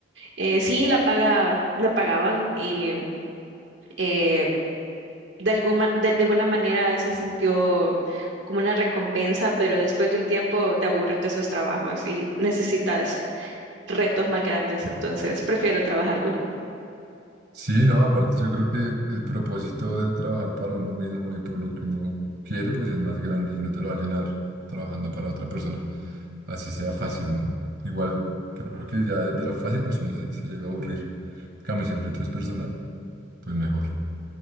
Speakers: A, on the right; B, on the right.
A: eh, sí, la paga, me pagaban y eh, de alguna, de, de alguna manera se sintió como una recompensa, pero después de un tiempo te aburres de esos trabajos y necesitas retos más grandes. Entonces, prefiero trabajar duro.
B: Sí, no, aparte yo creo que el propósito de trabajar para uno mismo y por lo que uno quiere, pues es más grande y no te lo va a llenar trabajando para otra persona. Así sea fácil, ¿no? Igual, creo que ya de, de lo fácil, pues uno se, se llega a aburrir. En Cambio, si el reto es personal, pues mejor.